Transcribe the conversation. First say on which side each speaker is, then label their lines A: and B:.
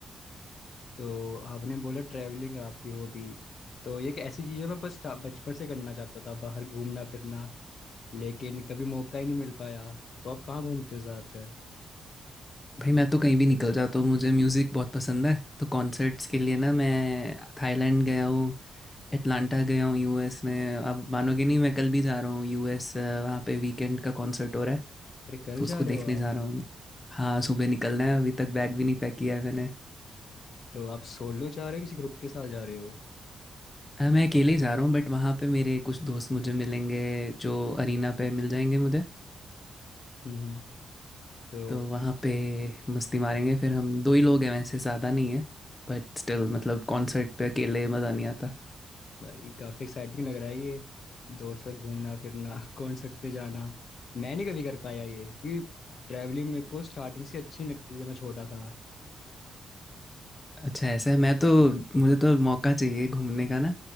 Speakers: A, on the left (about 50°); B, on the left (about 20°).
A: तो आपने बोला ट्रैवलिंग आपकी हॉबी तो ये एक ऐसी चीज़ है मैं बस था- बचपन से करना चाहता था बाहर घूमना फिरना लेकिन कभी मौका ही नहीं मिल पाया तो आप कहाँ घूमते हो ज़्यादातर
B: भाई मैं तो कहीं भी निकल जाता हूँ मुझे म्यूज़िक बहुत पसंद है तो कॉन्सर्ट्स के लिए ना मैं थाईलैंड गया हूँ अटलांटा गया हूँ यूएस में अब मानोगे नहीं मैं कल भी जा रहा हूँ यूएस अ, वहाँ पे वीकेंड का कॉन्सर्ट हो रहा है
A: अरे कल
B: तो उसको
A: जा रहे
B: देखने
A: हो आप
B: जा रहा हूँ मैं हाँ सुबह निकलना है अभी तक बैग भी नहीं पैक किया है मैंने
A: तो आप सोलो जा रहे हो किसी ग्रुप के साथ जा रहे हो
B: अ, मैं अकेले ही जा रहा हूँ बट वहाँ पे मेरे कुछ दोस्त मुझे मिलेंगे जो अरीना पे मिल जाएंगे मुझे
A: हम्म हम्म। तो
B: तो वहाँ पे मस्ती मारेंगे फिर हम दो ही लोग हैं वैसे ज़्यादा नहीं है बट स्टिल मतलब कॉन्सर्ट पे अकेले मज़ा नहीं आता
A: भाई काफ़ी एक्साइटिंग लग रहा है ये दोस्त से घूमना फिरना <laughs> कॉन्सर्ट पे जाना मैं नहीं कभी कर पाया ये क्योंकि ट्रैवलिंग मेरे को स्टार्टिंग से अच्छी नहीं लगती थी जब मैं छोटा था
B: अच्छा ऐसा है मैं तो मुझे तो मौका चाहिए घूमने का ना